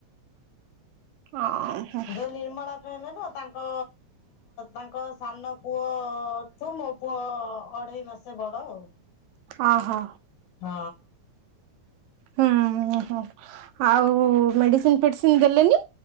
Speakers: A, on the right (about 80°); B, on the left (about 75°).
A: ଅ ହଁ।
B: ଯୋଉ ନିର୍ମଳା କହିଲା ନା ତାଙ୍କ ତାଙ୍କ ସାନ ପୁଅ। ହଁ ଠୁ ମୋ ପୁଅ ଅଢେଇ ମାସେ ବଡ ଆଉ।
A: ଅ ହ।
B: ହଁ।
A: ହୁଁ ହଁ ଆଉ ମେଡିସିନ୍ ମେଡ଼ିସିନ୍ ଦେଲେନି